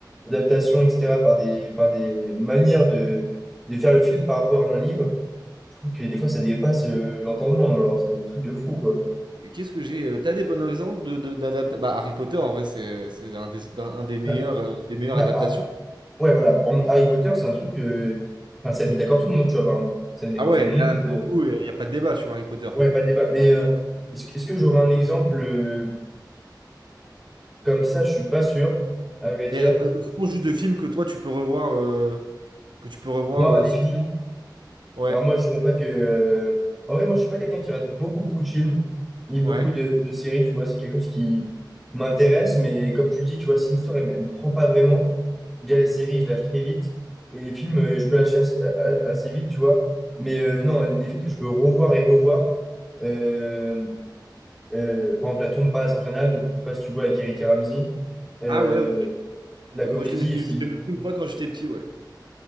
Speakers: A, in the centre; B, on the right.
A: adaptations, etc., par des, par des manières de, de faire le film par rapport à un livre. Je trouve que des fois, ça dépasse euh, l'entendement, alors c'est des trucs de fou, quoi.
B: Qu'est-ce que j'ai? euh, T'as des bons exemples de, de- d'adapta- Bah, Harry Potter, en vrai, c'est c'est un des, d'un- un des meilleurs,
A: Bah,
B: euh, des meilleures
A: bah,
B: adaptations.
A: Ouais, voilà. Par exemple, Harry Potter, c'est un truc. euh, Enfin, ça a mis d'accord tout le monde, tu vois, par exemple. Ça a mis d'accord
B: Ah ouais,
A: tout le monde.
B: là,
A: et
B: pour
A: de-
B: le coup, il n'y a pas de débat sur Harry Potter.
A: Ouais, pas de débat. Mais euh, est-ce que, est-ce que j'aurais un exemple euh, comme ça? Je suis pas sûr, à vrai dire.
B: Et euh, ce sont juste de films que toi, tu peux revoir, euh, que tu peux revoir
A: Moi,
B: euh,
A: définitivement,
B: sans. Ouais,
A: Alors moi, je ne pas que... euh, En vrai, moi, je suis pas quelqu'un qui regarde beaucoup, beaucoup de films, ni beaucoup
B: ouais.
A: de, de séries, tu vois. C'est quelque chose qui m'intéresse, mais comme tu le dis, tu vois, si l'histoire, elle, ne me prend pas vraiment, déjà les séries, je lâche très vite, et les films, euh, je peux lâcher assez, a- assez vite, tu vois. Mais euh, non, les films que je peux revoir et revoir, euh, euh, par exemple, La Tombe Palace Infernale, je sais pas si tu vois, avec Eric et Ramsey, euh,
B: Ah ouais, ok.
A: la
B: Ok,
A: comédie,
B: Moi, je l'ai je
A: c'est
B: l'ai- je
A: une-
B: l'ai vu une fois quand j'étais petit, ouais.